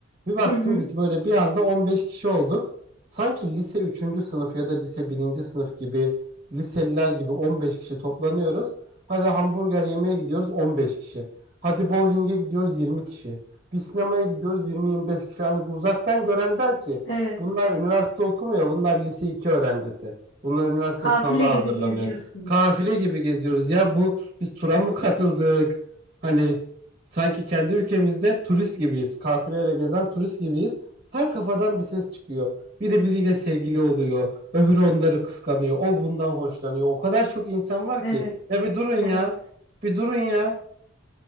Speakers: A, on the right; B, on the left.
A: Bir baktım
B: Hı hı.
A: biz böyle bir anda 15 kişi olduk. Sanki lise üçüncü sınıf ya da lise birinci sınıf gibi liseliler gibi 15 kişi toplanıyoruz. Hadi hamburger yemeye gidiyoruz 15 kişi. Hadi bowling'e gidiyoruz 20 kişi. Bir sinemaya gidiyoruz 20-25 kişi. Yani bu uzaktan gören der ki
B: Evet.
A: bunlar üniversite okumuyor bunlar lise 2 öğrencisi. Bunlar üniversite
B: Kafile
A: sınavına hazırlanıyor.
B: gibi geziyorsunuz.
A: Kafile gibi geziyoruz. Ya bu biz tura mı katıldık? Hani sanki kendi ülkemizde turist gibiyiz. Kafileyle gezen turist gibiyiz. Her kafadan bir ses çıkıyor. Biri biriyle sevgili oluyor. Öbürü onları kıskanıyor. O bundan hoşlanıyor. O kadar çok insan var
B: Evet.
A: ki. Ya bir durun ya.
B: Evet.
A: Bir durun ya.